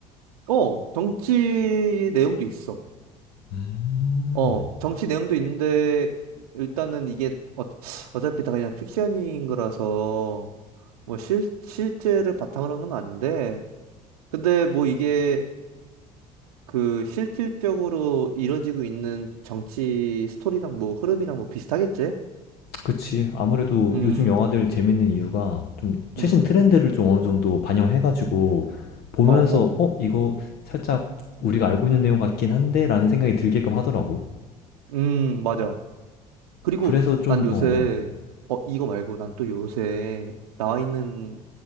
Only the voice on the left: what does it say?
음,
그치. 아무래도
요즘 영화들 재밌는 이유가 좀 최신
트렌드를 좀 어느 정도 반영해가지고 보면서
어, 이거 살짝 우리가 알고 있는 내용 같긴 한데 라는 생각이 들게끔 하더라고.
그래서 좀,
어, 어.